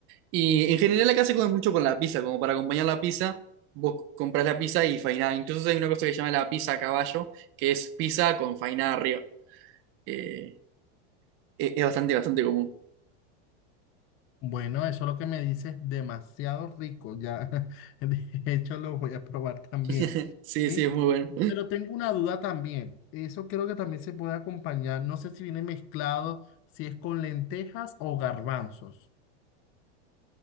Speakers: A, on the right; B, on the left.
A: Y en general acá se come mucho con la pizza, como para acompañar la pizza, vos compras la pizza y fainá. Incluso hay una cosa que se llama la pizza a caballo, que es pizza con fainá arriba. Eh, es es bastante, bastante común.
B: Bueno, eso lo que me dices es demasiado rico, ya <laughs> de hecho lo voy a probar también.
A: <laughs> Sí,
B: ¿sí?
A: sí, es muy bueno.
B: Pero tengo una duda también, eso creo que también se puede acompañar, no sé si viene mezclado, si es con lentejas o garbanzos.